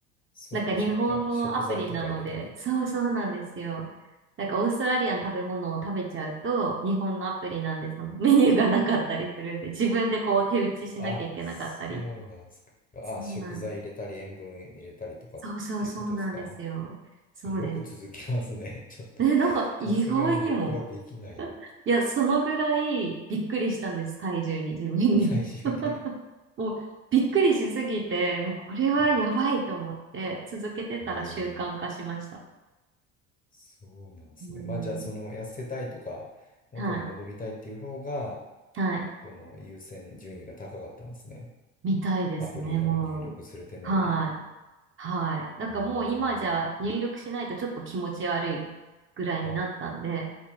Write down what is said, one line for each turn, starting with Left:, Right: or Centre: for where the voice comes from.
Left: そっかそっか。
Right: なんか日本のアプリなので、
Left: 食材とか入れたり。
Right: そうそうなんですよ。なんかオーストラリアの食べ物を食べちゃうと、日本のアプリなんでそのメニューがなかったりするんで、自分でこう手打ちしなきゃいけなかったり。
Left: あ、そうなんですか。
Right: そうなん、
Left: あ、食材入れたり、塩分入れたりとかっていうことですか
Right: そうそうそうなんですよ。そうです。
Left: それよく続きますね。<laughs> ちょっと、
Right: ね、なんか意外にも、
Left: さすがに僕はできないな。
Right: いや、そのぐらいびっくりしたんです、体重に、自分に。
Left: 最終 <laughs> に。
Right: <laughs> もうびっくりしすぎて、もうこれはやばいと思って、
Left: は
Right: 続けてたら習慣化しました。
Left: いえー、そうなんですね。
Right: うん。
Left: まあじゃあ、その痩せたいとか、元に戻りたいっていう方が、
Right: はい。はい。
Left: この優先順位が高かったんですね。
Right: みたいですね、
Left: アプリを入力する手間より。
Right: もう。はい。はい。なんかもう今じゃ入力しないとちょっと気持ち悪いぐらいになったんで、
Left: うーん。あ、